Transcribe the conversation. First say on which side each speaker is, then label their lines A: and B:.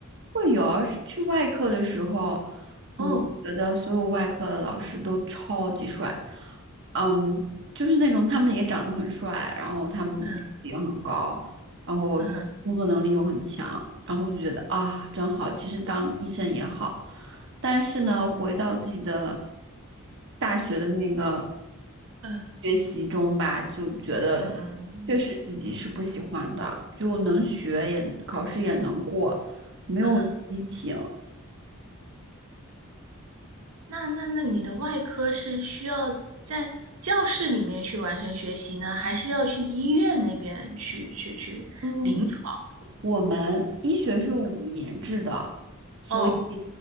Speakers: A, on the right (about 60°); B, on the right (about 85°).
A: 会有啊是去外科的时候，
B: 哦，
A: 嗯，觉得所有外科的老师都超级帅，嗯，就是那种他们也长得很帅，然后他们也很高，
B: 嗯
A: 然后工作能力又很强，
B: 嗯哼，
A: 然后就觉得啊，真好。其实当医生也好，但是呢，回到自己的大学的那个
B: 嗯
A: 学习中吧，就觉得
B: 嗯嗯嗯
A: 确实自己是不喜欢的，就能学也考试也能过。没有激情。
B: 嗯嗯哼，那那那你的外科是需要在教室里面去完成学习呢，还是要去医院那边去去去临床？
A: 嗯，我们医学是五年制的，所以
B: 哦，